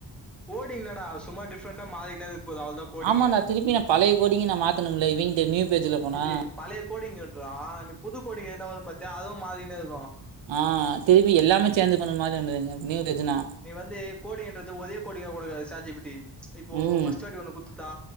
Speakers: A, in the centre; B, on the right.
A: கோடு என்னடா சும்மா டிஃரெண்டா மாரினா இருக்க போது அவ்ளதா கோடிங்கு
B: ஆமா நா திருப்பி நா பழைய கோடிங்க நா மாத்தணும்ல இவங்கிட்ட நியூ பேஜ்ல போனா
A: இது பழைய கோடிங்ட்ரா நீ புது கோடிங் என்ன வரும் பாத்தியா அதுவு மாரினே இர்கு
B: ஆ திருபி எல்லாமே சேஞ் பண்ண மாரி வந்துது நீயு டெஜினா
A: நீ வந்து கோடிங்ன்றது ஒரே கோடிங்கா குடுக்காது சேட் ஜி பி டி இப்போ
B: ம்
A: பர்ஸ்ட்டு வாட்டி ஒண்ணு குத்துத்தா